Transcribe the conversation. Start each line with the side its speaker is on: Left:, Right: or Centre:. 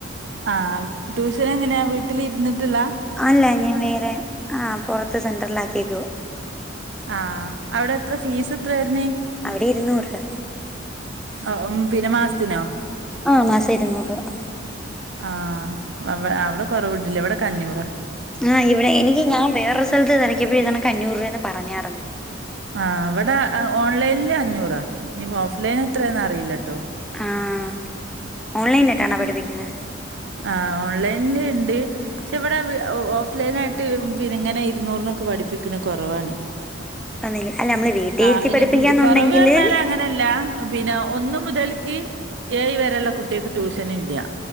Right: ആഹ് ട്യൂഷനെങ്ങനെയാ വീട്ടിലിരുന്നിട്ടുള്ളാ.
Centre: അല്ല ഞാൻ വേറെ ആഹ് പൊറത്ത് സെന്ററിൽ ആക്കിയേക്കുവ.
Right: ആഹ് അവിടെത്ര ഫീസ് എത്ര വരുന്ന്.
Centre: അവിടെ ഇരുന്നൂറ്.
Right: ഓഹ് പിന്നെ മാസത്തിനോ.
Centre: ആഹ് മാസം ഇരുന്നൂറ് രുപ
Right: ആഹ് അവെ അവിടെ കൊറവ്ണ്ട്ല്ലേ ഇവിടെക്കെ അഞ്ഞൂറ.
Centre: ആഹ് ഇവിടെ എനിക്ക് ഞാൻ വേറെ സ്ഥലത്ത് തിരക്കിയപ്പോൾ ഇതിനൊക്കെ അഞ്ഞൂറ് രൂപയന്ന് പറഞ്ഞയിരുന്നു.
Right: ആ അവിടെ ഓൺലൈനില് അഞ്ഞൂറാ ഇനിപ്പോ ഓഫ്ലൈൻ എത്രയാന്ന അറിയില്ലട്ടോ
Centre: ആഹ് ഓൺലൈനിലിട്ടാണോ പഠിപ്പിക്കുന്നത്.
Right: ആഹ് ഓൺലൈനിലിണ്ട്. പക്ഷെ ഇവിടെ ഓഫ്ലൈൻ ആയിട്ട് പിന്നെ ഇങ്ങനെ ഇരുന്നൂറിനൊക്കെ പഠിപ്പിക്കണ കുറവാണ്.
Centre: ഒന്നില് അല്ല നമ്മള് വീട്ടിൽ
Right: ആ
Centre: ഇരുത്തി പഠിപ്പിക്കാന്നുണ്ടെങ്കില്
Right: കൊറവ് പറഞ്ഞാല് ങ്ങനെല്ല. പിന്നെ ഒന്ന് മുതൽക്ക് ഏഴ് വരെയുള്ള കുട്ടിക്ക് ട്യൂഷൻ ഇല്യ.